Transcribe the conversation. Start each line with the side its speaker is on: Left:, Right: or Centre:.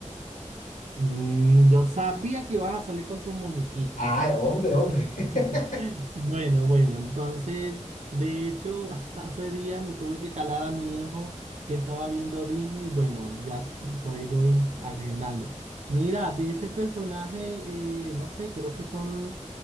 Right: Mm, yo sabía que ibas a salir con tus muñequitos.
Left: Ay, hombre, hombre.
Right: <laughs>
Left: <laughs>
Right: Bueno, bueno, entonces, de hecho, <laughs> hace días me tuve que calar a mi hijo que estaba viendo Disney. Bueno, ya por ahí voy agendando. Mira, de ese personaje, eh, no sé, creo que son